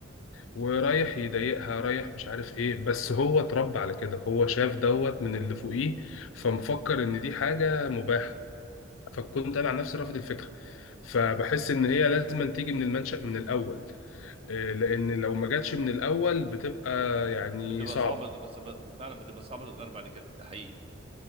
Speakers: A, on the left (about 85°); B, on the right (about 30°).
A: ورايح يضايقها رايح مش عارف ايه بس هو اتربى على كده هو شاف
B: <coughs>
A: دوت من اللي فوقيه فمفكر ان دي حاجة مباحة فكنت انا عن نفسي رافض الفكرة فبحس ان هي لازم تيجي من المنشأ من الاول إيه، لان لو ما جاتش من الاول بتبقى يعني
B: بتبقى
A: صعبة
B: صعبة بس بس فعلا بتبقى صعبة تتغير بعد كده ده حقيقي